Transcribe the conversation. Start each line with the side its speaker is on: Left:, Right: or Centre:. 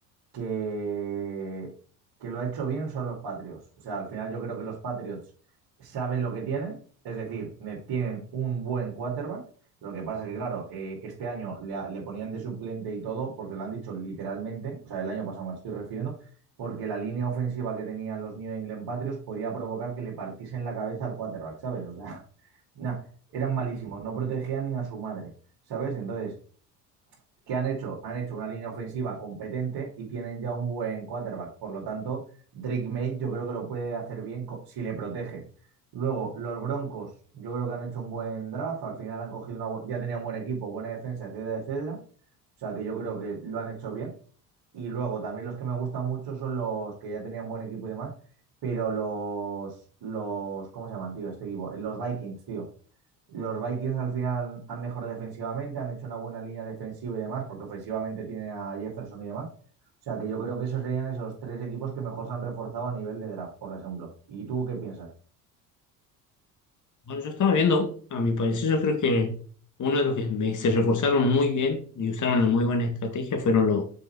Right: que, que lo ha hecho bien son los Patriots. O sea, al final yo creo que los Patriots saben lo que tienen, es decir, ne- tienen un buen quarterback. Lo que pasa es que, claro, eh, este año le, a- le ponían de suplente y todo, porque lo han dicho literalmente, o sea, el año pasado me estoy refiriendo, porque la línea ofensiva que tenían los New England Patriots podía provocar que le partiesen la cabeza al quarterback, ¿sabes? O sea, <laughs> nah, eran malísimos, no protegían ni a su madre, ¿sabes? Entonces, ¿Qué han hecho? Han hecho una línea ofensiva competente y tienen ya un buen quarterback. Por lo tanto, Drake May yo creo que lo puede hacer bien co- si le protegen. Luego, los Broncos, yo creo que han hecho un buen draft. Al final han cogido una, bu- ya tenían buen equipo, buena defensa, etcétera, etcétera. O sea que yo creo que lo han hecho bien. Y luego también los que me gustan mucho son los que ya tenían buen equipo y demás. Pero los, los, ¿cómo se llaman, tío? Este equipo, los Vikings, tío. Los Vikings al final han mejorado defensivamente, han hecho una buena línea defensiva y demás, porque ofensivamente tiene a Jefferson y demás. O sea que yo creo que esos serían esos tres equipos que mejor se han reforzado a nivel de draft, por ejemplo. ¿Y tú qué piensas?
Left: Bueno, yo estaba viendo, a mi parecer, yo creo que uno de los que me- se reforzaron muy bien y usaron una muy buena estrategia fueron los,